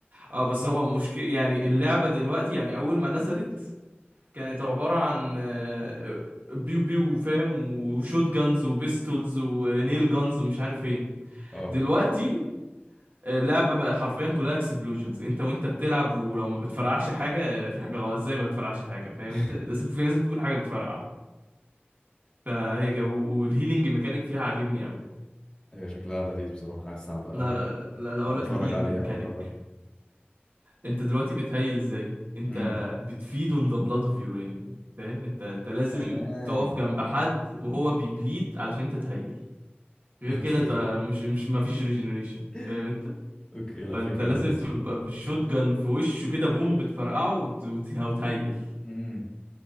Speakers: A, on the right; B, on the left.
A: اه بس هو مشكلة يعني اللعبة دلوقتي يعني أول ما نزلت كانت عبارة عن آه، بيو بيو فاهم وشوت جانز وبيستولز ونيل جانز ومش عارف ايه
B: اه
A: دلوقتي آه، اللعبة بقى حرفيا كلها اكسبلوجنز انت وانت بتلعب ولو ما بتفرقعش حاجة آه، في حاجة غلط ازاي ما بتفرقعش حاجة فاهم
B: <laughs>
A: انت لازم في لازم تكون حاجة بتفرقع فهي كده والهيلينج ميكانيك فيها عاجبني قوي
B: هي شكلها لذيذ بصراحة بس هبقى
A: لا لا لا, لا اقول
B: هبقى
A: لك
B: اتفرج
A: الهيلينج
B: عليها
A: ميكانيك
B: او اجربها
A: انت دلوقتي بتهيل ازاي انت
B: امم
A: بتفيد on the blood of your enemy فاهم انت انت لازم
B: تمام
A: تقف جنب حد وهو بيبليد علشان انت تهيل غير
B: اوكي
A: كده انت مش مش ما فيش ريجنريشن
B: <laughs>
A: فاهم انت
B: اوكي لا
A: فانت
B: فكرة
A: لازم
B: لذيذة
A: تبقى بالشوت جان في وشه كده بوم بتفرقعه وت- وت- وتهيل
B: امم